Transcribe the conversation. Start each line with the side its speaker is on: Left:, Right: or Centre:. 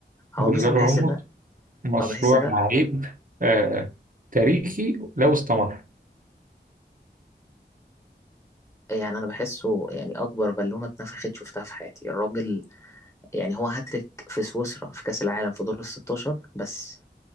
Right: جونزالو
Left: هو مثلا بحس
Right: راموس
Left: ده
Right: مشروع
Left: اه بحس ده
Right: لعيب آه تاريخي لو استمر
Left: يعني انا بحسه يعني اكبر بالونه اتنفخت شفتها في حياتي الراجل يعني هو هاتريك في سويسرا في كاس العالم في دور ال 16 بس